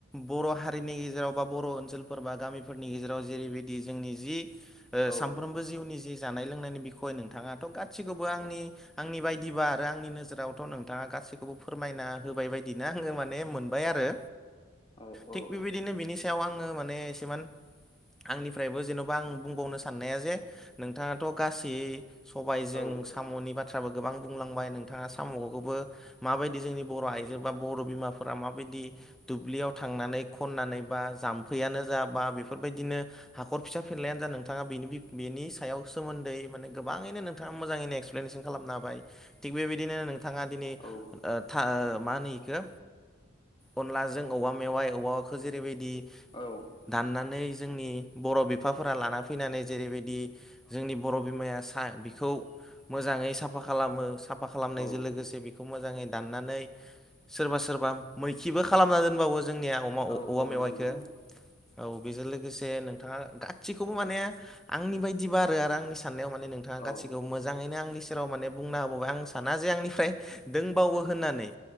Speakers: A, in the centre; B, on the left.
A: बर' हारिनि गेजेराव बा बर' ओनसोलफोर बा गामिफोरनि गेजेराव जेरैबायदि जोंनि जि
B: औ
A: सानफ्रोमबो जिउनि जि जानाय लोंनायनि बिखय नोंथाङाथ' गासिखौबो आंनि आंनि बायदिबा आरो आंनि नोजोरावथ' नोंथाङा गासैखौबो फोरमायना होबाय बायदिनो आङो माने मोनबाय आरो।
B: <unintelligible> औ
A: थिग बिबायबिदिनो बिनि सायाव आङो माने एसेमान आंनिफ्रायबो जेन'बा आं बुंबावनो सा साननाया जे नोंथाङाथ' गासै सबायजों
B: औ
A: साम'नि बाथ्रा बो गोबां बुंलांबाय नोंथाङा साम'खौबो माबायदि जोंनि बर' आइजो बा बर' बिमाफोरा माबायदि दुब्लियाव थांनानै खननानै बा जाम्फैयानो जा बा बेफोरबायदिनो हाखर फिसा फेरलायानो जा नों नोंथाङा बेनि बि बिनि सायाव सोमोन्दै माने गोबाङैनो नोंथाङा मोजाङैनो एक्सप्लेनेसन खालामना होबाय। थिग बेबायदिनो नोंथाङा दिनै
B: औ
A: ओ था मा होनो इखौ अनलाजों औवा मेवाय औवाखौ जेरैबायदि
B: औ
A: दाननानै जोंनि बर' बिफाफोरा लाना फैनानै जेरैबायदि जोंनि बर' बिमाया सा बिखौ मोजाङै साफा खालामो साफ साफा खालामनायजों
B: औ
A: लोगोसे बेखौ मोजाङै दाननानै सोरबा सोरबा मैखिबो खालामना दोनबावो जोंनिया अमा
B: औ
A: औवा
B: औ
A: मेवाइखौ
B: नंगौ
A: औ बेजों लोगोसे नोंथाङा गासैखौबो माने आंनि बायदिबा आरो आरो आंनि साननायाव माने नोंथाङा
B: औ
A: गासिखौबो मोजाङैनो आंनि सि सेराव माने बुंना होबावबाय आं साना जे आंनिफ्राय दोंबावो होननानै